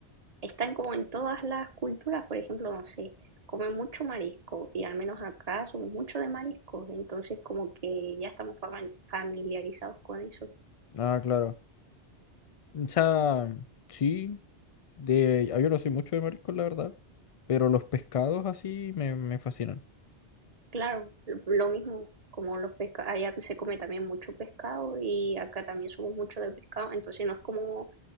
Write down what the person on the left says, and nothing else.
Ah, claro. O sea, sí, de, ah, yo no soy mucho de mariscos, la verdad, pero los pescados así me, me fascinan.